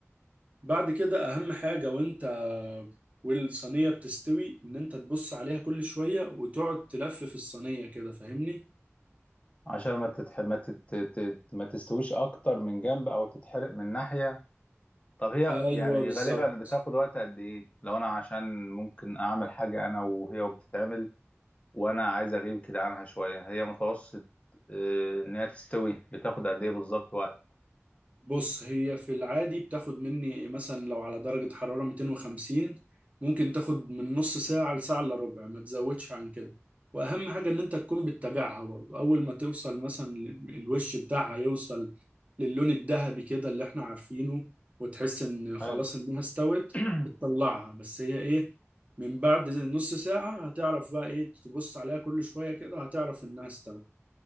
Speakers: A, on the right; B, on the left.
A: بعد كده اهم حاجة وانت والصينية بتستوي ان انت تبص عليها كل شوية وتقعد تلف في الصينية كده فاهمني
B: عشان ما تتح... ما تت... تت... ما تستويش اكتر من جنب او تتحرق من ناحية طب هي
A: ايوه
B: يعني
A: بالظبط
B: غالبا بتاخد وقت قد ايه لو انا عشان ممكن اعمل حاجة انا وهي وبتتعمل وانا عايز اغيب كده عنها شويه هي متوسط آه، ان هي تستوي بتاخد قد ايه بالظبط وقت
A: بص هي في العادي بتاخد مني مثلا لو على درجة حرارة 250 ممكن تاخد من نص ساعة لساعة الا ربع ما تزودش عن كده واهم حاجة ان انت تكون بتتابعها برضه اول ما توصل مثلا ل- الوش بتاعها يوصل للون الذهبي كده اللي احنا عارفينه وتحس ان خلاص
B: حلو
A: انها استوت
B: <clears throat>
A: بتطلعها بس هي ايه من بعد نص ساعة هتعرف بقى ايه تبص عليها كل شوية كده هتعرف انها استوت